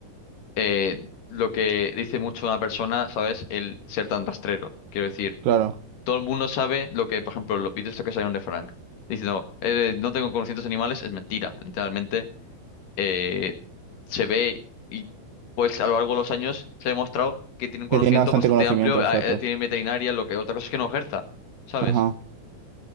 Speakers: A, on the left; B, on the right.
A: eh, lo que dice mucho una persona, ¿sabes? El ser tan rastrero. Quiero decir,
B: Claro,
A: todo el mundo sabe lo que, por ejemplo, los vídeos estos que salieron de Frank. Diciendo, eh, no tengo conocimientos animales, es mentira. Literalmente, eh, se ve y pues a lo largo de los años se ha demostrado que tiene un conocimiento
B: que tiene bastante
A: bastante
B: conocimiento,
A: amplio,
B: exacto.
A: ah, eh, tiene veterinaria, lo que otra cosa es que no ejerza, ¿sabes?
B: Ajá.